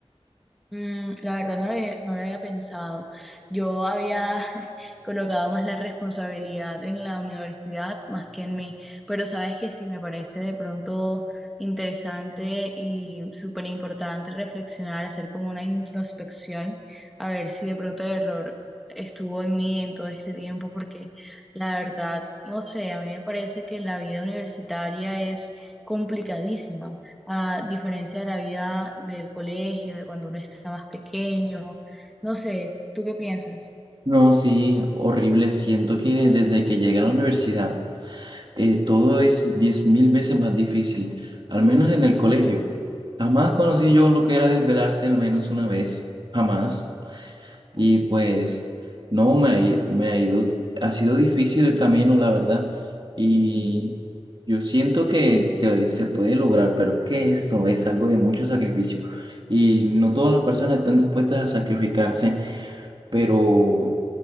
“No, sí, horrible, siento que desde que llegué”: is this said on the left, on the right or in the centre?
Right